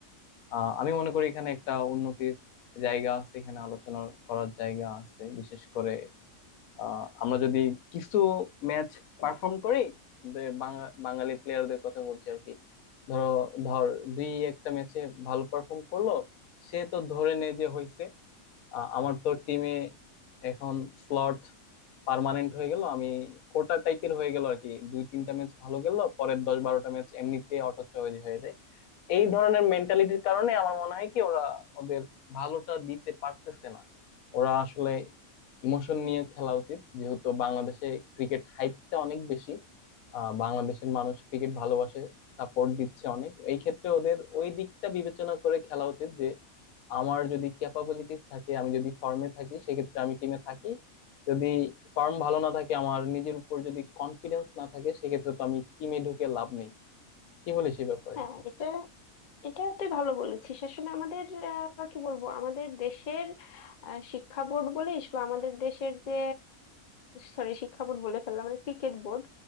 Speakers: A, on the left; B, on the left.
A: আহ আমি মনে করি এখানে একটা উন্নতির জায়গা আছে এখানে আলোচনা করার জায়গা আছে বিশেষ করে আহ আমরা যদি কিছু ম্যাচ পারফর্ম করি দে- বাঙা- বাঙালি প্লেয়ারদের কথা বলছি আর কি ধরো ধর দুই একটা ম্যাচে ভালো পারফর্ম করলো সে তো ধরে নে যে হয়েছে আহ, আমার তো টিমে এখন স্লট পার্মানেন্ট হয়ে গেল আমি কোটা টাইপের হয়ে গেল আর কি দুই তিনটা ম্যাচ ভালো গেল পরের দশ বারোটা ম্যাচ এমনিতে অটো চয়েজ হয়ে যায় এই ধরনের মেন্টালিটির কারণে আমার মনে হয় কি ওরা ওদের ভালোটা দিতে পারতেছে না ওরা আসলে ইমোশন নিয়ে খেলা উচিত যেহেতু বাংলাদেশে ক্রিকেট হাইপটা অনেক বেশি আহ বাংলাদেশের মানুষ ক্রিকেট ভালোবাসে সাপোর্ট দিচ্ছে অনেক এই ক্ষেত্রে ওদের ওই দিকটা বিবেচনা করে খেলা উচিত যে আমার যদি ক্যাপাবিলিটিস থাকে আমি যদি ফর্মে থাকি সেক্ষেত্রে আমি টিমে থাকি যদি ফর্ম ভালো না থাকে আমার নিজের উপর যদি কনফিডেন্স না থাকে সেক্ষেত্রে তো আমি টিমে ঢুকে লাভ নেই কি বলিস এই ব্যাপারে
B: হ্যাঁ এটা এটা তুই ভালো বলেছিস আসলে আমাদের আহ, কি বলবো আমাদের দেশের আহ, শিক্ষা বোর্ড বলিস বা আমাদের দেশের যে সরি শিক্ষা বোর্ড বলে ফেললাম মানে ক্রিকেট বোর্ড